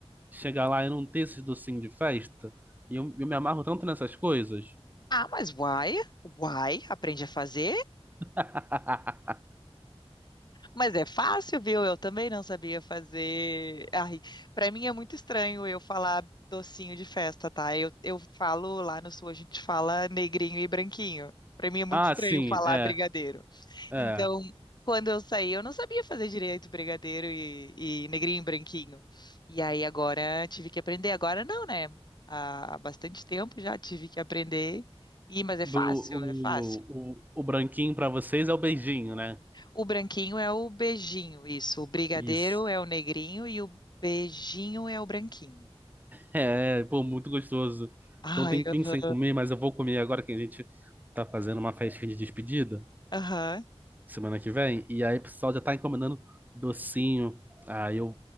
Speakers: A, on the right; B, on the left.
A: Chegar lá e não ter esses docinhos de festa, e eu, eu me amarro tanto nessas coisas.
B: Ah, mas uai, uai, aprende a fazer.
A: <laughs>
B: Mas é fácil, viu? Eu também não sabia fazer. Ai, para mim é muito estranho eu falar docinho de festa, tá? Eu, eu falo lá no sul, a gente fala negrinho e branquinho. Para mim é muito
A: Ah,
B: estranho
A: sim,
B: falar
A: é,
B: brigadeiro.
A: é.
B: Então, quando eu saí, eu não sabia fazer direito brigadeiro e, e negrinho e branquinho. E aí agora tive que aprender. Agora não, né? Há, há bastante tempo já tive que aprender. E, mas é
A: O,
B: fácil, é fácil.
A: o, o, branquinho pra vocês é o beijinho, né?
B: O branquinho é o beijinho, isso. O brigadeiro
A: Isso.
B: é o negrinho e o beijinho é o branquinho.
A: É, pô, muito gostoso.
B: Ai,
A: então tem
B: aham,
A: pensar em comer, mas eu vou comer agora que a gente tá fazendo uma festinha de despedida
B: aham.
A: semana que vem. E aí o pessoal já tá encomendando docinho. Aí eu